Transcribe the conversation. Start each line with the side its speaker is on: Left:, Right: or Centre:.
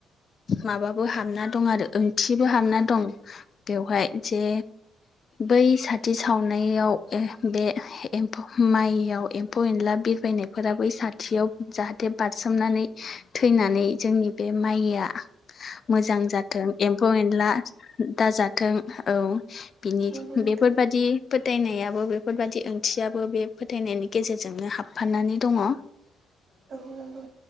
Left: माबाबो हाबना दं आरो ओंथिबो हाबना दं बेवहाय जे बै साथि सावनायाव बे एम्फौ माइयाव फ' एनला बिरबायनायफोरा बै साथियाव जाहाथे बारसोमनानै थैनानै जोंनि बे माइया मोजां जाथों एम्फौ एनला दाजा थों औ बिनि
Right: नंगौ नोंथां
Left: बेफोरबादि फोथायनायाबो बेफोरबायादि ओंथियाबो बे फोथायनायनि गेजेरजोंनो हाबफानानै दङ ओ
Right: औ नंगौ